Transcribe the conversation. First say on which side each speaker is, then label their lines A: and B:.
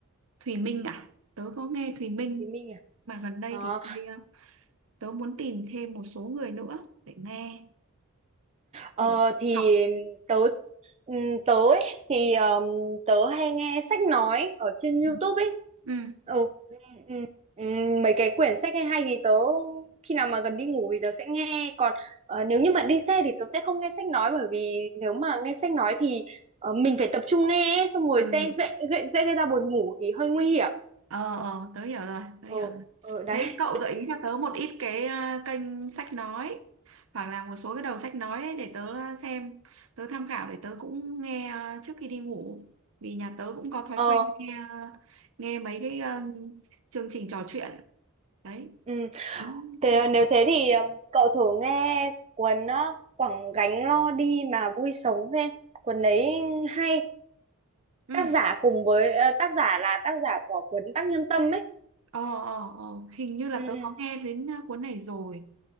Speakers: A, on the right; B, on the right.
A: Thùy Minh à? Tớ có nghe Thùy Minh
B: Thì mình à?
A: mà gần đây
B: Ờ,
A: thì hơi, ờ, tớ muốn tìm thêm một số người nữa để nghe
B: ờ,
A: kiểu
B: thì
A: học.
B: tớ Ừ, tớ ấy, thì um, tớ hay nghe sách nói ở trên YouTube
A: Ừ.
B: ấy
A: Ừ.
B: ừ, ừ, ừ, ừ, mấy cái quyển sách hay hay thì tớ khi nào mà gần đi ngủ thì tớ sẽ nghe còn ờ, nếu như mà đi xe thì tớ sẽ không nghe sách nói bởi vì nếu mà nghe sách nói thì ờ, mình phải tập trung nghe ấy, xong rồi
A: Ừ.
B: sẽ dễ, dễ, dễ gây ra buồn ngủ thì hơi nguy hiểm
A: Ờ, ờ, tớ hiểu rồi, tớ
B: ừ,
A: hiểu rồi.
B: ừ, đấy
A: Thế cậu gợi ý cho tớ một ít cái ờ, kênh sách nói hoặc là một số cái đầu sách nói ấy để tớ ờ, xem, tớ tham khảo để tớ cũng nghe ờ, trước khi đi ngủ. Vì nhà tớ cũng có thói
B: ờ,
A: quen nghe ờ, nghe mấy cái ờ, chương trình trò chuyện đấy,
B: ừ.
A: muốn
B: Thế
A: thay
B: ờ,
A: đổi.
B: nếu thế thì ờ, cậu thử nghe cuốn ờ, Quẳng gánh lo đi mà vui sống xem. Cuốn đấy hay.
A: Ừ.
B: Tác giả cùng với ờ, tác giả là tác giả của cuốn Đắc Nhân Tâm ấy.
A: ờ ờ ờ hình như là
B: Ừ,
A: tớ
B: ừ.
A: có nghe đến uh, cuốn này rồi